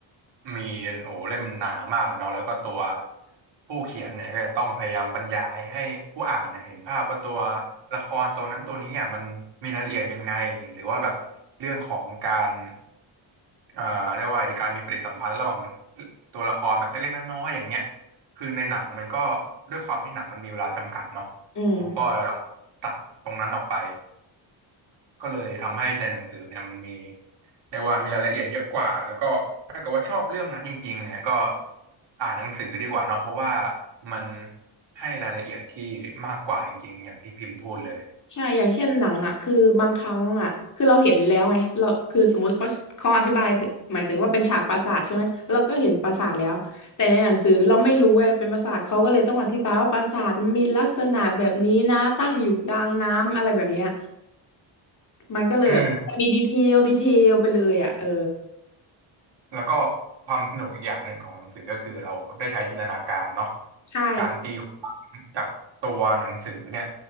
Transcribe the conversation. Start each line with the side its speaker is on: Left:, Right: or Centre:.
Right: มีโอ้โหเล่มหนามากเลยเนาะแล้วก็ตัวผู้เขียนเนี่ยก็จะต้องพยายามบรรยายให้ผู้อ่านเนี่ยเห็นภาพว่าตัวละครตัวนั้นตัวนี้อ่ะมันมีรายละเอียดยังไงหรือว่าแบบเรื่องของการเอ่าเรียกว่าอะไรดีการมีปฏิสัมพันธ์ระหว่างตัวละครแบบเล็กๆน้อยๆอย่างเงี้ยคือในหนังมันก็ด้วยความที่หนังมันมีเวลาจำกัดเนาะเขาก็ต้องตัดตรงนั้นออกไป
Left: อืม
Right: ก็เลยทำให้ในหนังสือเนี่ยมันมีเรียกว่ามีรายละเอียดเยอะกว่าแล้วก็ถ้าเกิดว่าชอบเรื่องนั้นจริงๆเนี่ยก็อ่านหนังสือดีกว่าเนาะเพราะว่ามันให้รายละเอียดที่มากกว่าจริงๆอย่างที่พิมพ์พูดเลย
Left: ใช่อย่างเช่นหนังอ่ะ คือบางครั้งอ่ะ คือเราเห็นแล้วไงเราคือสมมุติเขาเขาอธิบายถึงหมายถึงว่าเป็นฉากปราสาทใช่ไหมเราก็เห็นปราสาทแล้ว แต่ในหนังสือเราไม่รู้ไงเป็นปราสาทเขาก็เลยต้องอธิบายว่าปราสาทมีลักษณะแบบนี้นะตั้งอยู่กลางน้ำอะไรแบบเนี้ยมันก็เลยแบบมีดีเทลดีเทลไปเลยอ่ะเออ
Right: อืม แล้วก็ความสนุกอีกอย่างหนึ่งของหนังสือก็คือเราได้ใช้จินตนาการเนาะ
Left: ใช่
Right: การตีความจากตัวหนังสือเนี่ย